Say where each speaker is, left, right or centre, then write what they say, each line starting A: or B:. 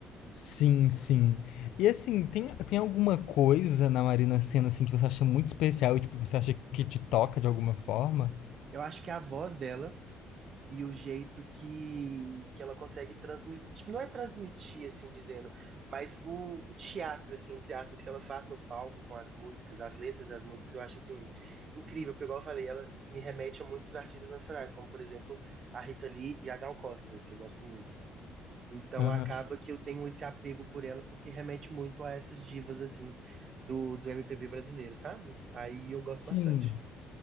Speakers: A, on the left (about 75°); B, on the right (about 45°).
A: Sim, sim. E assim, tem, tem alguma coisa na Marina Sena assim que você acha muito especial e tipo, você acha que te toca de alguma forma?
B: Eu acho que a voz dela e o jeito que, que ela consegue transmitir, tipo, não é transmitir, assim dizendo, mas o, o teatro, assim, entre aspas, que ela faz no palco com as músicas, as letras das músicas, eu acho, assim, incrível, porque, igual eu falei, ela me remete a muitos artistas nacionais, como, por exemplo, a Rita Lee e a Gal Costa, que eu gosto muito. Então,
A: Aham.
B: acaba que eu tenho esse apego por ela, porque remete muito a essas divas, assim, do, do MPB brasileiro, sabe? Aí eu gosto
A: Sim,
B: bastante.